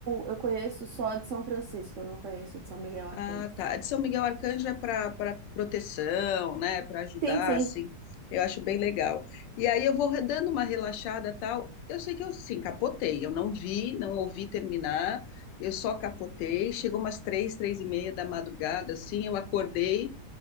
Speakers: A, on the right; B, on the left.
A: eu conheço só a de São Francisco, eu não conheço a de São Miguel Arcanjo.
B: Ah, tá. A de São Miguel Arcanjo é para para proteção, né? Para ajudar,
A: Sim, sim.
B: assim. Eu acho bem legal. E aí eu vou re- dando uma relaxada, tal. Eu sei que eu assim capotei. Eu não vi, não ouvi terminar. Eu só capotei. Chegou umas três, três e meia da madrugada, assim. Eu acordei